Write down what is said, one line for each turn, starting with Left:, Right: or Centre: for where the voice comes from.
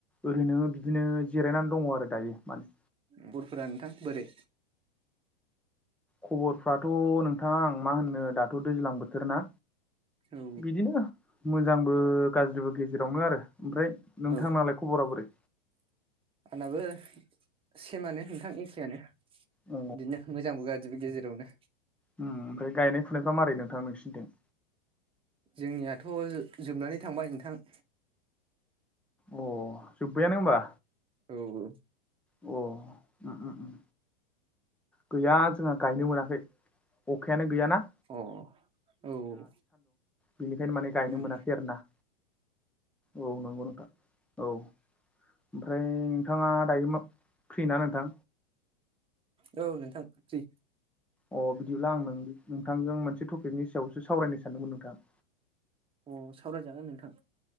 Centre: ओरैनो बिदिनो जिरायनानै दङ आरो दायो माने।
Right: खबरफोरा नोंथां बोरै?
Centre: खबरफ्राथ' नोंथां आं मा होननो दाथ' दैज्लां बोथोर ना।
Right: औ
Centre: बिदिनो मोजांबो गाज्रिबो गेजेरावनो आरो ओमफ्राय नोंथांनालाय
Right: औ
Centre: खबरा बोरै?
Right: आंनाबो सेमानो नोंथां एखेआनो?
Centre: अ
Right: बिदिनो मोजांबो गाज्रिबो गेजेरावनो।
Centre: उम ओमफ्राय गायनाय फुनायफ्रा मारै नोंथां नोंसिनिथिं?
Right: जोंनियाथ' जोबनानै थांबाय नोंथां।
Centre: अह जोब्बायानो होमबा?
Right: औ औ
Centre: अह उम उम उम। गैया जोंहा गायनो मोनाखै अखायानो गैयाना।
Right: अ औ औ
Centre: बिनिखायनो माने गायनो
Right: उम
Centre: मोनाखै आरोना। औ नंगौ नोंथां औ ओमफ्राय नोंथाङा दायो मा फ्रि ना नोंथां
Right: औ नोंथां फ्रि।
Centre: अ बिदिब्ला आं नों-नोंथांजों मोनसे टपिकनि सायावसो सावरायनो सानदोंमोन नोंथां।
Right: अ सावरायजागोन नोंथां।